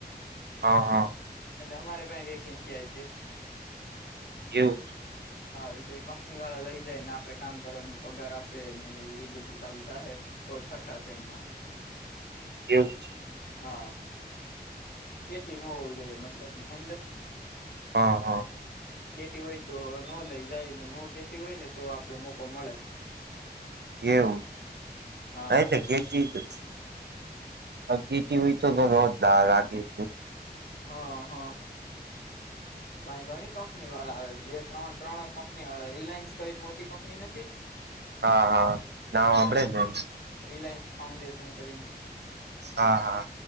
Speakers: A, on the right; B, on the left.
A: હા હા.
B: હલો અમારે પા વેકેન્સી આવી છે.
A: એવું જ,
B: હા એ તો કંપની વાળા લઈ જાયને આપડે કામ કરવાની પગાર આપે ને એ બધું સારું થ તો છઠ્ઠા છે એમમાં
A: એવુ છ.
B: હા. કેટી ન એ મતલબ મહેન્દ્ર
A: હા હા
B: કેટી હોય તો ન લઈ જાય ને ન કેતી હોય ને તો આપડે મોકો મળે
A: એવું
B: હા
A: આયથી કેટ જઇસુ કી ટીવી તો રોજ લારાગી
B: હા હા અય ઘણી કંપની વાળા આવે બે ત્રણ ત્રણ કંપની વાળા રિલાયન્સ કરીને મોટી કંપની નથી.
A: હા હા નામ
B: રિલાયન્સ
A: આભળે છે એમ
B: રિલાયન્સ ફાઉન્ડેશન કરીને
A: હા હા